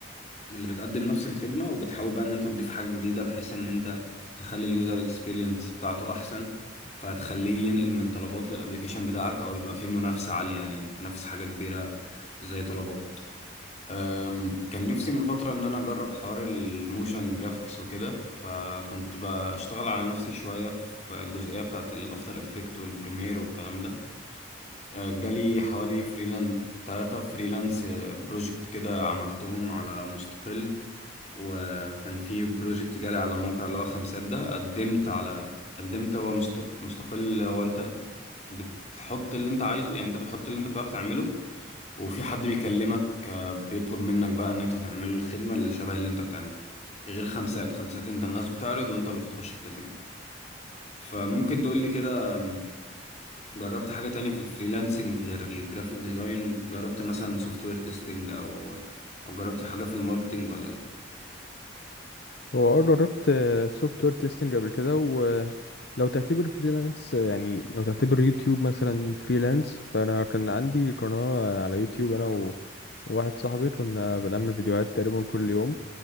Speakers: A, on the left; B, on the left.
A: اللي بتقدم نفس الخدمة وبتحاول بقى إن أنت تضيف حاجة جديدة بحيث إن أنت تخلي اليوزر اكسبيرينس بتاعته أحسن فهتخليه ينقل من طلبات للأبليكيشن بتاعك أو يبقى فيه منافسة عالية يعني إنك تنافس حاجة كبيرة زي طلبات أم، كان نفسي من فترة إن أنا أجرب حوار الموشن جرافيكس وكده فكنت بشتغل على نفسي شوية في الجزئية بتاعة الأفتر إفكت والبريمير والكلام ده آه، جالي حوالي فريلان تلاتة فريلانس بروجكت كده عملتهم على مستقل وكان في بروجكت جالي على موقع اللي هو خمسات ده قدمت على قدمت هو مست... مستقل هو انت بتحط اللي انت عايزه يعني انت بتحط اللي انت بتعرف تعمله وفي حد بيكلمك آه، بيطلب منك بقى ان انت تعمله الخدمة اللي شبه اللي انت بتعمله غير خمسات خمسات انت الناس بتعرض وانت اللي بتخش تكلمه فممكن تقولي كده جربت حاجة تانية في الفريلانسنج غير الجرافيك ديزاين جربت مثلا سوفت وير تيستنج أو أو جربت حاجة في الماركتينج ولا لأ
B: هو اه جربت سوفت وير تيستنج قبل كده ولو تعتبر فريلانس يعني لو تعتبر يوتيوب مثلا فريلانس فانا كان عندي قناة على يوتيوب انا و- وواحد صاحبي كنا بنعمل فيديوهات تقريبا كل يوم